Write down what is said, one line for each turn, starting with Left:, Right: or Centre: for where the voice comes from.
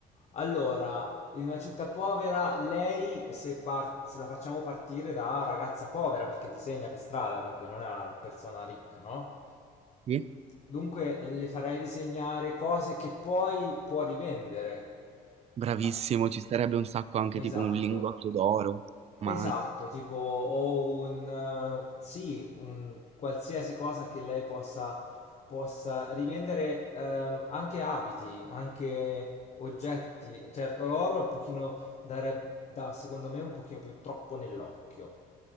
Left: Allora, in una città povera, lei, se, par- se la facciamo partire da ragazza povera, perché disegna per strada, dunque non è una persona ricca, no?
Right: Sì?
Left: Dunque le farei disegnare cose che poi può rivendere.
Right: Bravissimo,
Left: Ah,
Right: ci starebbe un sacco anche
Left: esatto.
Right: tipo un lingotto d'oro. diamante.
Left: Esatto, tipo o un eh, sì, un qualsiasi cosa che lei possa, possa rivendere, ehm, anche abiti, anche oggetti. Certo, l'oro è un pochino dare, da, secondo me, un pochino più troppo nell'occhio.